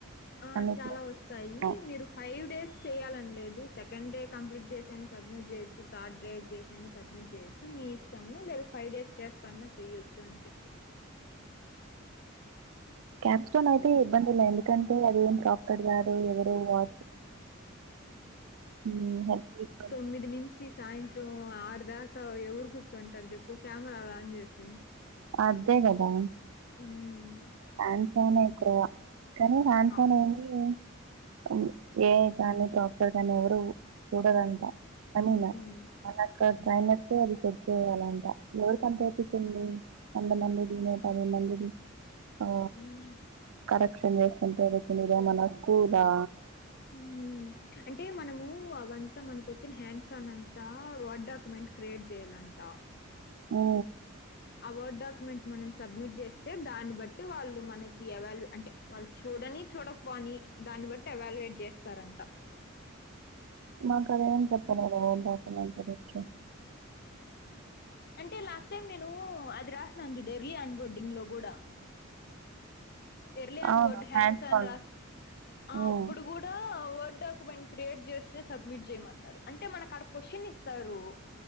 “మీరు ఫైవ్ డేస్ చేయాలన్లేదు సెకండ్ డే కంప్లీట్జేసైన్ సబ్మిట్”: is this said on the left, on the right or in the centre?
Left